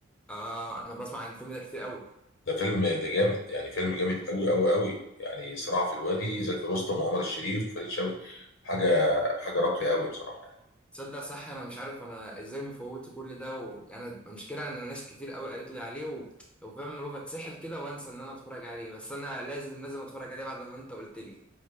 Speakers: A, in the centre; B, on the left (about 65°).
A: اه انا بسمع عن الفيلم ده كتير قوي
B: ده فيلم ده جامد يعني فيلم جامد قوي قوي قوي يعني صراع في الوادي زكي رستم وعمر الشريف وفريد شوقي حاجه حاجه راقيه قوي بصراحه يعني
A: تصدق صح انا مش عارف انا ازاي مفوت كل ده ويعني المشكله ان ناس كتير قوي قالت لي عليه و... وفاهم اللي هو بتسحل كده وانسى ان انا اتفرج عليه بس انا لازم لازم اتفرج عليه بعد ما انت قلت لي